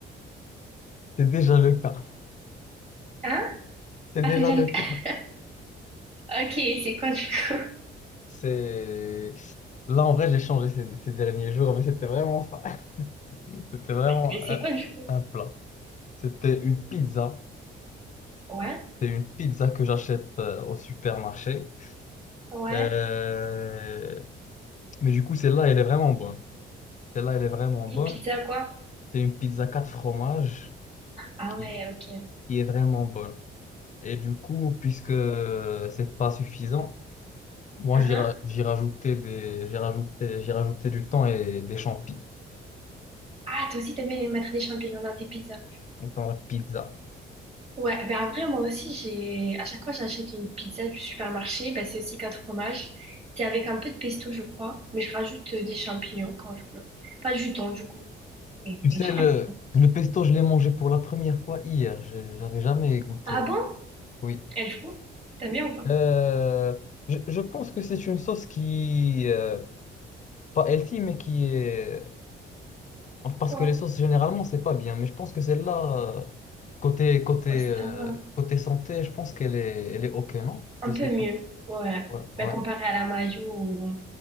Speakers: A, on the left; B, on the right.
A: c'est déjà le cas.
B: Hein?
A: C'est
B: Ah,
A: déjà
B: c'est déjà
A: le
B: le... <laughs>
A: cas.
B: Ok, c'est quoi du coup?
A: C'est... Là, en vrai, j'ai changé ces, ces derniers jours, mais c'était vraiment ça. <laughs> C'était vraiment
B: Mais mais c'est
A: un,
B: quoi du coup?
A: un plat. C'était une pizza.
B: Ouais,
A: C'est une pizza que j'achète euh, au supermarché.
B: ouais.
A: Euh, Mais du coup, celle-là, elle est vraiment bonne. Celle-là, elle est vraiment bonne.
B: Une pizza quoi?
A: C'est une pizza 4 fromages
B: Ah
A: qui.
B: ouais, ok.
A: qui est vraiment bonne. Et du coup, puisque c'est pas suffisant, moi
B: Mhm.
A: j'ai ra- j'ai rajouté des j'ai rajouté j'ai rajouté du temps et des champis
B: Ah, toi aussi t'aimes bien mettre des champignons dans tes pizzas.
A: dans la pizza.
B: Ouais, ben après, moi aussi, j'ai à chaque fois j'achète une pizza du supermarché, ben c'est aussi quatre fromages. C'est avec un peu de pesto, je crois, mais je rajoute euh, des champignons quand je peux. Pas du thon, du coup, mais
A: Tu
B: des
A: sais
B: champignons.
A: le le pesto, je l'ai mangé pour la première fois hier. J'ai- J'avais jamais goûté.
B: Ah bon?
A: Oui.
B: Et du coup, t'aimes bien ou pas?
A: Euh, je, je pense que c'est une sauce qui euh, pas healthy mais qui est Enfin, Parce
B: Ouais.
A: que les sauces, généralement, c'est pas bien, mais je pense que celle-là, euh, côté, côté,
B: Ouais, ça
A: euh,
B: va.
A: côté santé, je pense qu'elle est, elle est OK, non? Je
B: Un
A: sais
B: peu
A: pas.
B: mieux, ouais.
A: Ouais,
B: Ben
A: ouais,
B: comparé à la mayo ou